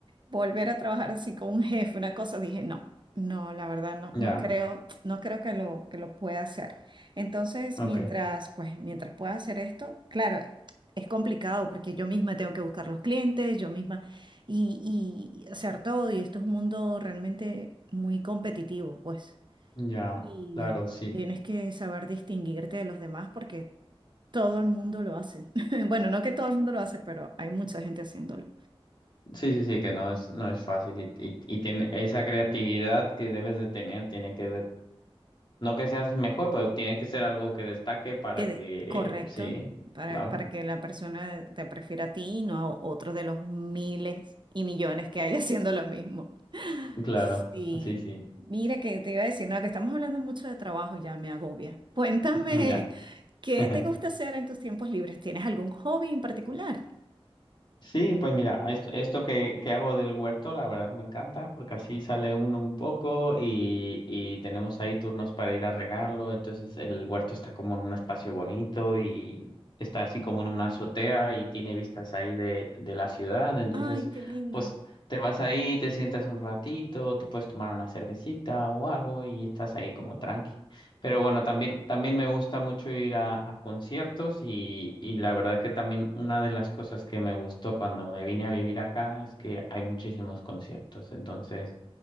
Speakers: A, on the right; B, on the left.
A: volver a trabajar así con un jefe, una cosa, dije, no, no, la verdad no,
B: ya,
A: no creo, no creo que lo, que lo pueda hacer. Entonces,
B: ok,
A: mientras, pues, mientras pueda hacer esto, claro, es complicado porque yo misma tengo que buscar los clientes, yo misma, y, y hacer todo, y esto es un mundo realmente muy competitivo, pues,
B: ya,
A: y
B: claro, sí.
A: tienes que saber distinguirte de los demás porque todo el mundo lo hace. <laughs> Bueno, no que todo el mundo lo hace, pero hay mucha gente haciéndolo.
B: Sí, sí, sí, que no es, no es fácil y, y, y tiene esa creatividad que debes de tener, tiene que, de- no que seas mejor, pero tiene que ser algo que destaque para
A: Que de-
B: que,
A: correcto,
B: sí,
A: para,
B: claro,
A: para que la persona te prefiera a ti y no a otro de los miles y millones que hay <laughs> haciendo lo mismo.
B: claro,
A: Sí,
B: sí, sí,
A: mira que te iba a decir, no, que estamos hablando mucho de trabajo, ya me agobia. <laughs> Cuéntame,
B: <laughs> ya.
A: ¿qué
B: <laughs>
A: te gusta hacer en tus tiempos libres? ¿Tienes algún hobby en particular?
B: Sí, pues mira, esto, esto que, que hago del huerto, la verdad me encanta, porque así sale uno un poco y, y tenemos ahí turnos para ir a regarlo, entonces el huerto está como en un espacio bonito y está así como en una azotea y tiene vistas ahí de, de la ciudad, entonces
A: Ay, qué lindo.
B: pues te vas ahí, te sientas un ratito, te puedes tomar una cervecita o algo y estás ahí como tranqui. Pero bueno, también, también me gusta mucho ir a, a conciertos y, y la verdad que también una de las cosas que me gustó cuando me vine a vivir acá es que hay muchísimos conciertos, entonces